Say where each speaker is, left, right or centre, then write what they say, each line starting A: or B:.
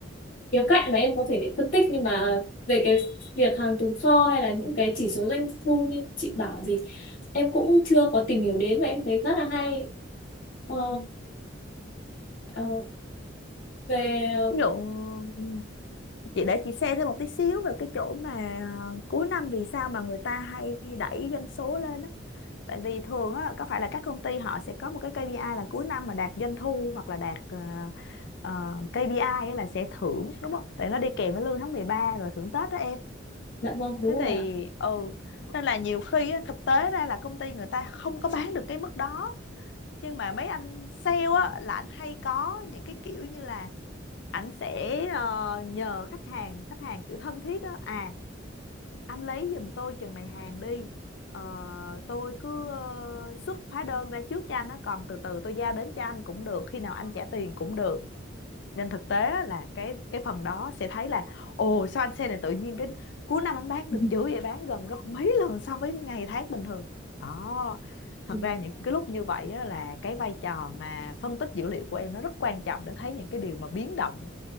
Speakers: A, on the left; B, on the left.
A: khía cạnh mà em có thể phân tích nhưng mà về cái việc hàng tồn kho hay là những cái chỉ số doanh thu như chị bảo gì em cũng chưa có tìm hiểu đến và em thấy khá là hay. Ờ,
B: ừ.
A: ờ, về
B: Ví dụ ừ, chị để chị share thêm một tí xíu về cái chỗ mà ờ, cuối năm vì sao mà người ta hay đẩy doanh số lên á. Tại vì thường á, có phải là các công ty họ sẽ có một cái KPI là cuối năm mà đạt doanh thu hoặc là đạt ờ, ờ, KPI á là sẽ thưởng đúng không? Tại nó đi kèm với lương tháng 13 rồi thưởng Tết đó em.
A: dạ vâng đúng
B: thế
A: rồi
B: thì
A: ạ.
B: ừ nên là nhiều khi á, thực tế ra là công ty người ta không có bán được cái mức đó nhưng mà mấy anh sale á là anh hay có những cái kiểu như là ảnh sẽ ờ, nhờ khách hàng khách hàng kiểu thân thiết á à anh lấy giùm tôi chừng này hàng đi Ờ, tôi cứ ờ, xuất hóa đơn ra trước cho anh á còn từ từ tôi giao đến cho anh cũng được khi nào anh trả tiền cũng được nên thực tế á là cái cái phần đó sẽ thấy là ồ sao anh xe này tự nhiên cái cuối năm anh bán
A: <laughs>
B: được
A: Ừ,
B: dữ vậy bán gần gấp mấy lần so với ngày tháng bình thường đó thật
A: ừ. Ừ.
B: ra những cái lúc như vậy á là cái vai trò mà phân tích dữ liệu của em nó rất quan trọng để thấy những cái điều mà biến động